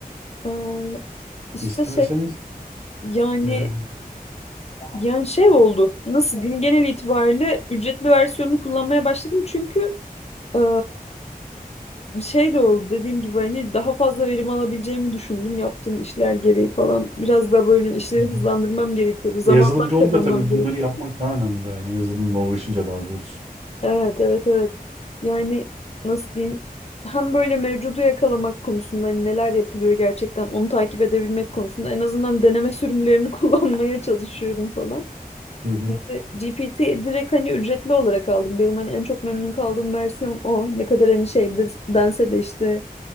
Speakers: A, on the left; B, on the right.
A: Ee, işte
B: İsterseniz
A: şey yani
B: e, hı
A: Yani şey oldu. Nasıl diyeyim? Genel itibariyle ücretli versiyonunu kullanmaya başladım çünkü eee, bir şey de oldu. Dediğim gibi hani daha fazla verim alabileceğimi düşündüm. Yaptığım işler gereği falan. Biraz daha böyle işleri
B: hı.
A: hızlandırmam gerekiyordu. Zamandan
B: yazılımcı
A: kazanmam
B: olunca tabii
A: gerekiyordu.
B: bunları yapmak daha önemli yani yazılımla uğraşınca daha doğrusu.
A: Evet, evet, evet. Yani nasıl diyeyim? Hem böyle mevcudu yakalamak konusunda hani neler yapılıyor gerçekten onu takip edebilmek konusunda en azından deneme sürümlerini <laughs> kullanmaya çalışıyorum falan.
B: Hı hı.
A: Şimdi GPT direkt hani ücretli olarak aldım. Benim hani en çok memnun kaldığım versiyon o. Ne kadar hani şey de- dense de işte